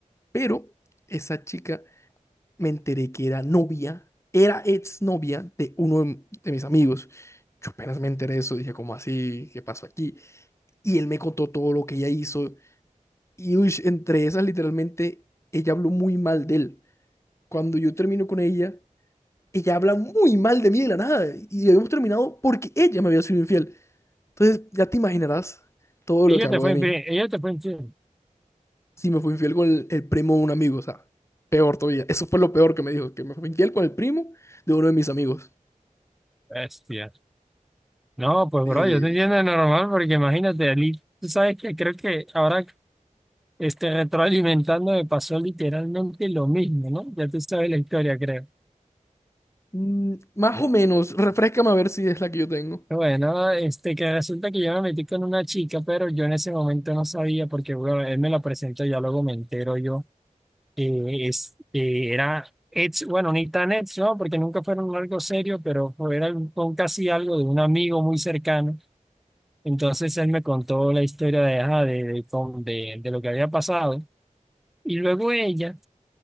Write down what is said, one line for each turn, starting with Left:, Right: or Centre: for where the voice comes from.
Left: pero esa chica me enteré que era novia, era exnovia de uno de, de mis amigos. Yo apenas me enteré de eso, dije, ¿cómo así? ¿Qué pasó aquí? Y él me contó todo lo que ella hizo. Y uy, entre esas, literalmente, ella habló muy mal de él. Cuando yo termino con ella, ella habla muy mal de mí de la nada. Y habíamos terminado porque ella me había sido infiel. Entonces, ya te imaginarás todo
Centre: Ella
Left: lo que habló
Centre: te fue
Left: de mí.
Centre: infiel, ella te fue infiel.
Left: Si me fui infiel con el, el primo de un amigo, o sea, peor todavía. Eso fue lo peor que me dijo, que me fui infiel con el primo de uno de mis amigos.
Centre: Bestia. No, pues
Left: Eh,
Centre: bro, yo te entiendo normal porque imagínate, Ali, tú sabes que creo que ahora Este, retroalimentando me pasó literalmente lo mismo, ¿no? Ya tú sabes la historia, creo.
Left: mm, más o menos, refréscame a ver si es la que yo tengo.
Centre: Bueno, este, que resulta que yo me metí con una chica, pero yo en ese momento no sabía porque, bueno, él me la presentó y ya luego me entero yo. Eh, es, eh, era ex, bueno, ni tan ex, ¿no? Porque nunca fueron algo serio, pero fue- era un, un casi algo de un amigo muy cercano. Entonces él me contó la historia de, ajá, de, de, con- de de lo que había pasado. Y luego ella,